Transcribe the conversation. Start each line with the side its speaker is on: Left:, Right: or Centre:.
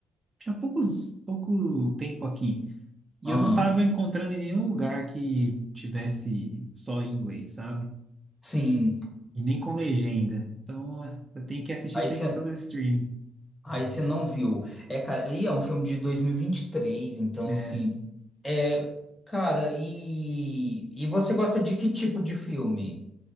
Right: tinha poucos, pouco tempo aqui, e
Left: Aham.
Right: eu não estava encontrando em nenhum lugar que tivesse só em inglês, sabe?
Left: Sim.
Right: E nem com legenda. Então, eh, eu tenho que assistir
Left: Aí
Right: sempre
Left: você
Right: pelo streaming.
Left: aí você não viu. É, cara, e é um filme de dois mil e e vinte e três então
Right: É.
Left: assim, é, cara, e e você gosta de que tipo de filme?